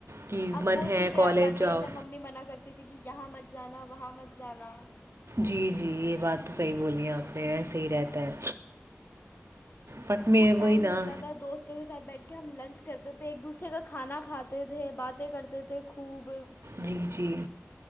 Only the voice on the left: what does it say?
اب
وہ
چیزیں
یاد آتی
ہے جب ممی منع کرتی تھی کہ یہاں مت جانا وہاں مت جانا
وہ ٹائم
ہوتا تھا دوستوں کے ساتھ بیٹھ کر کہ ہم لنچ کرتے تھے ایک دوسرے کا کھانا کھاتے تھے باتیں کرتے تھے خوب